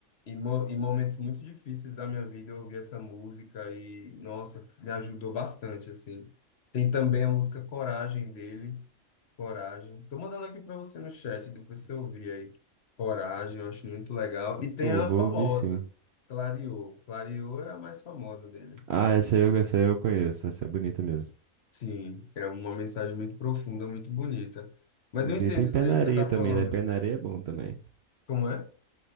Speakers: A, on the left (about 55°); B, on the right (about 60°).
A: em, mo- em momentos muito difíceis da minha vida eu ouvi essa música e, nossa, me ajudou bastante, assim. Tem também a música Coragem dele Coragem. Tô mandando aqui para você no chat, depois você ouvir aí. Coragem, eu acho muito legal. E tem
B: Pô,
A: a
B: vou
A: famosa,
B: ouvir sim.
A: Clareou. Clareou é a mais famosa dele.
B: Ah, essa eu, essa eu conheço, essa é bonita mesmo.
A: Sim, é uma mensagem muito profunda, muito bonita. Mas
B: Ele
A: eu entendo
B: tem Pé
A: isso
B: na
A: aí que
B: Areia
A: você tá
B: também,
A: falando.
B: né? Pé na Areia é bom também.
A: Como é?